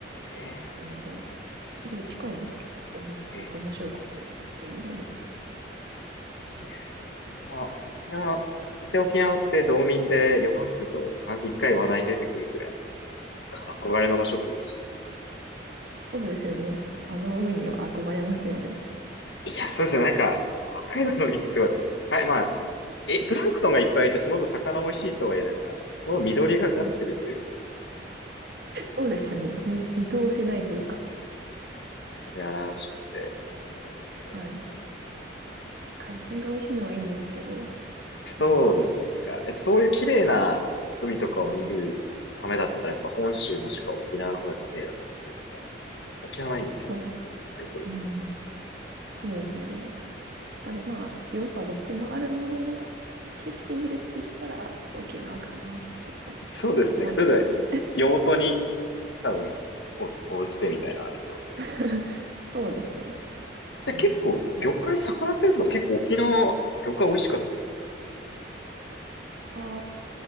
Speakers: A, on the left; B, on the right.
A: ええ、
B: なので、
A: え
B: すごい近いんですけど、全然違って面白かったです。
A: え、ええ
B: いい意味でも。
A: いいですね。沖縄。いや沖縄、大体沖縄って道民で旅行室と必ず一回話題に出てくるぐらい、
B: うん
A: か憧れの場所ってイメージなん
B: そうですよね。ちょっとあの海には憧れますよね。
A: でいや、そうですね。なんか、北海道の海ってすごい、はい、まあ、え、プランクトンがいっぱいいて、その分魚美味しいとはいえ、なんか、その緑がかってるというか、
B: はい。そうですよね。見、見通せないというか、
A: それ荒々しくて、冷たくて。
B: はい。海鮮が美味しいのはいいんですけど、
A: そうですね。
B: うん。
A: なんか、やっぱそういう綺麗な海とかを見るためだったら、やっぱ本州もしくは沖縄の方が綺麗だったりとか、沖縄ないんですけど、
B: そ
A: ありそうですね。
B: う。うん。そうですよね。やっぱりまあ、良さどっちもあるものの、景色見るって言ったら沖縄かなって、やっぱり
A: そうですね。
B: 思っちゃいます。
A: それぞれ用途に多分お応じてみたいなのありそうで。
B: <laughs> そうですね。
A: で、
B: うん。
A: 結構魚介魚釣りってこと結構沖縄魚介美味しかったです。
B: あ、あ、